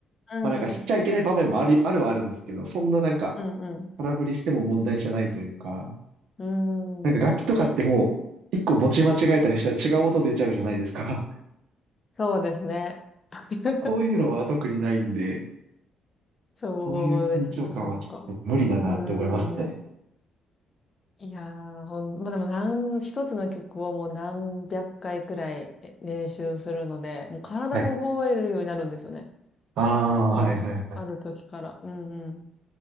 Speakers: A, on the left; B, on the right.
A: うんうん。
B: まあなんかしちゃいけない場面もある、あるはあるんですけど、そんななんか
A: うんうん。
B: 空振りしても問題じゃないというか、
A: うんうん。
B: なんか楽器とかってもう、
A: うーん。
B: 一個持ち間違えたりしたら違う音出ちゃうじゃないですか。<laughs>
A: そうですね。<laughs>
B: そういうのは特にないんで、
A: そうですね。
B: そういう緊張感はちょっと無理だなって思いますね。
A: そっかそっか。うーん。いやー、ほん、まあ、でもなん一つの曲をもう何百回くらいえ練習するので、もう体が覚えるようになるんですよね。
B: はい。ああ、
A: 多分ね。
B: はいはいはい。
A: ある時から。うんうん。